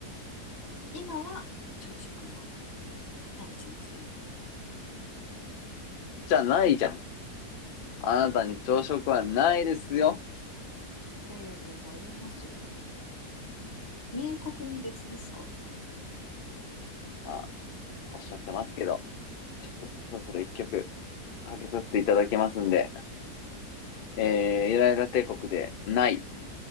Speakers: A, on the left; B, on the left.
A: 今は朝食の話をしてる。
B: じゃないじゃん。あなたに朝食はないですよ。
A: いやいやいやいや、ありますよ。明確に別ですから。
B: あ、おっしゃってますけど、ちょっとそろそろ一曲かけさせていただきますんで、えー、イライラ帝国でない。
A: あ